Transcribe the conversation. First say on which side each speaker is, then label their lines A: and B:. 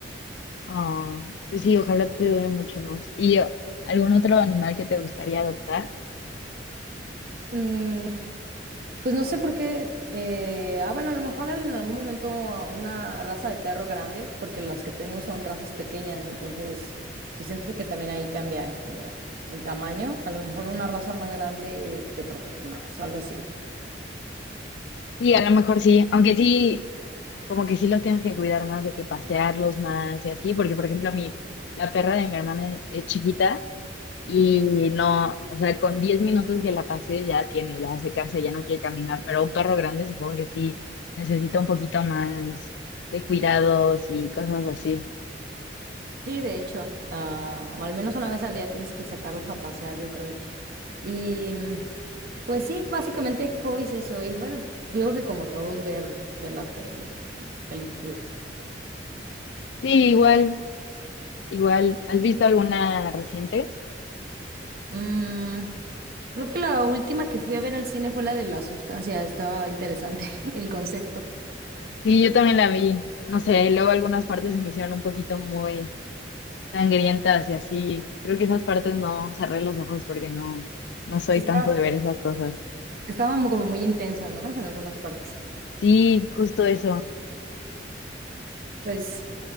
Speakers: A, on the left; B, on the right.
A: Ah, pues sí, ojalá te dure mucho más. ¿Y eh, algún otro animal que te gustaría adoptar?
B: Mm, Pues no sé por qué. eh, ah, bueno, a lo mejor en algún momento una raza de perro grande, porque las que tengo son razas pequeñas, entonces pues siento que también ahí cambia como el tamaño. A lo mejor una raza más grande te protege más o algo así.
A: Sí, a lo mejor sí, aunque sí, como que sí los tienes que cuidar más, de que pasearlos más y así, porque por ejemplo mi, la perra de mi hermana es chiquita y
B: Sí.
A: no, o sea, con 10 minutos que la pasé ya tiene, ya se cansa, ya no quiere caminar, pero un perro grande supongo que sí necesita un poquito más de cuidados y cosas así.
B: Sí, de hecho, ah, o al menos una vez al día tienes que sacarlos a pasear, yo creo. Y mm, pues sí, básicamente hobbies eso. Y bueno, yo creo que como todos ver, ver la tele, y películas.
A: Sí, igual, igual. ¿Has visto alguna reciente?
B: Mm, creo que la última que fui a ver al cine fue la de La Sustancia. Estaba interesante <laughs> el concepto.
A: Sí, yo también la vi. No sé, luego algunas partes se me hicieron un poquito muy sangrientas y así. Creo que esas partes no cerré los ojos porque no, no soy
B: Sí, estaba,
A: tanto de ver esas cosas.
B: estaba mu- como muy intensa, ¿no? En algunas partes.
A: Sí, justo eso.
B: Pues,